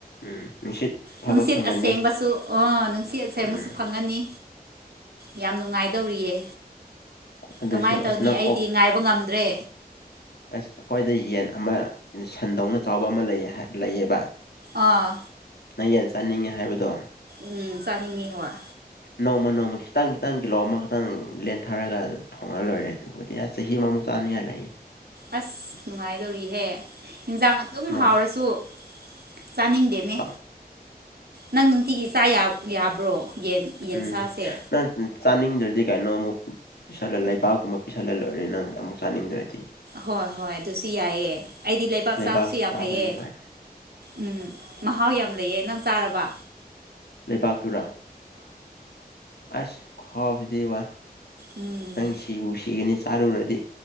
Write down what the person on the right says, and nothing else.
ꯅꯨꯡꯁꯤꯠ
ꯑꯁꯦꯡꯕꯁꯨ ꯑꯥ ꯅꯨꯡꯁꯤꯠ ꯑꯁꯦꯡꯕꯁꯨ
ꯐꯪꯉꯅꯤ ꯌꯥꯝ ꯅꯨꯡꯉꯥꯏꯗꯧꯔꯤꯌꯦ
ꯀꯃꯥꯏꯅ ꯇꯧꯅꯤ
ꯑꯩꯗꯤ
ꯉꯥꯏꯕ ꯉꯝꯗ꯭ꯔꯦ
ꯑꯥ
ꯎꯝ ꯆꯥꯅꯤꯡꯉꯤ ꯍꯣꯏ
ꯑꯁ ꯅꯨꯡꯉꯥꯏꯗꯣꯔꯤꯍꯦ ꯌꯦꯟꯖꯥꯡ ꯑꯗꯨꯝ
ꯍꯥꯎꯔꯁꯨ ꯆꯥꯅꯤꯡꯗꯦꯅꯦ
ꯅꯪ ꯅꯨꯡꯇꯤꯒꯤ ꯆꯥ ꯌꯥ ꯌꯥꯕ꯭ꯔꯣ ꯌꯦꯟ ꯌꯦꯟꯁꯥꯁꯦ
ꯍꯣꯏ ꯍꯣꯏ ꯑꯗꯨꯁꯨ ꯌꯥꯏꯑ ꯑꯩꯗꯤ ꯂꯩꯕꯥꯛ
ꯆꯥꯕꯁꯨ ꯌꯥꯝ
ꯍꯩꯑ
ꯎꯝ ꯃꯍꯥꯎ ꯌꯥꯝ ꯂꯩꯑ ꯅꯪ ꯇꯥꯔꯕ
ꯎꯝ